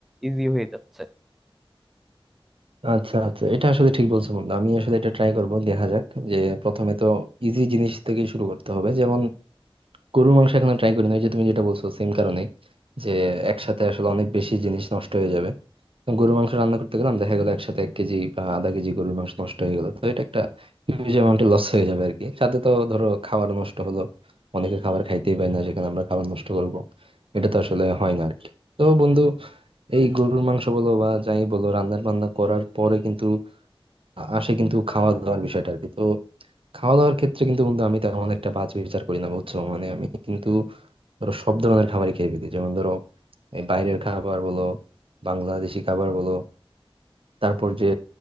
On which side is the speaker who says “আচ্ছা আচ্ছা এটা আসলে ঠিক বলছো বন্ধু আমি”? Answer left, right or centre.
Right